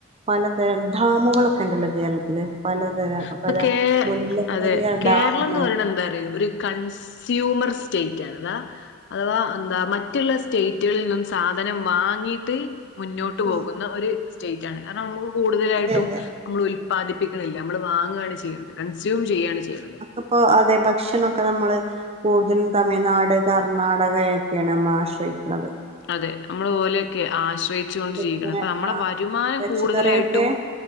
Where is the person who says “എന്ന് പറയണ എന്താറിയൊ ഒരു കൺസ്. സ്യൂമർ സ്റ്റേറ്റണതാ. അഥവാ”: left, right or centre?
Left